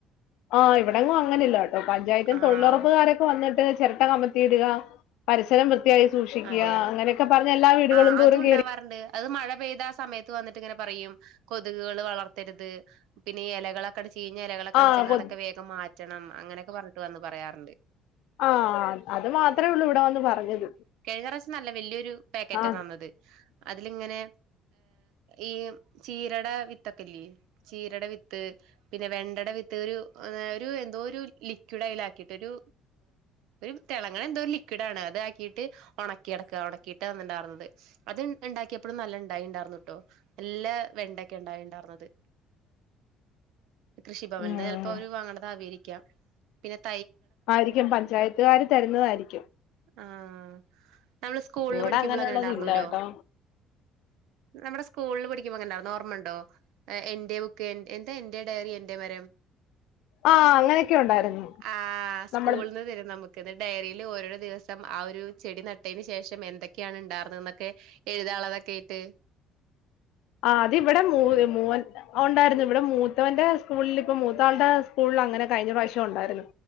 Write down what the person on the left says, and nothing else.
ആ ഇവിടെങ്ങും അങ്ങനില്ല കേട്ടോ പഞ്ചായത്തി
തൊഴിലുറപ്പുകാര് വന്നിട്ട് ചെല ട്ട കമത്തിയിട്ക പരിസരം വൃത്ത് ത്തിയായി സൂക്ഷിക്കുക
അങ്ങനെക്കെ പറഞ് എല്ലാ വീടുകളും
ദോരും
കേറി
ആ
പൊ
ആഹ്ആ അത് മാത്ര ഒള്ളൂ ഇവിടെ വന്ന് പറഞ്ഞത്
ആ
ഉം
ആയിരിക്കും പഞ്ചായത്ത്കാര് തരുന്നതായിരിക്കും
ഇവിടെ
അങ്ങനെയുള്ളത്
ഇല്ല കേട്ടോ
ആ അങ്ങനെയൊക്കെ ഉണ്ടായിരുന്നു
നമ്മൾ
ആ അത് ഇവിടെ മൂ മൂവൻ ഉണ്ടായിരുന്നു മൂത്തവന്റെ സ്കൂളിൽ ഇപ്പൊ മൂത്താളുടെ സ്കൂളിൽ അങ്ങനെ കഴിഞ്ഞ പ്രാവശ്യം ഉണ്ടായിരുന്നു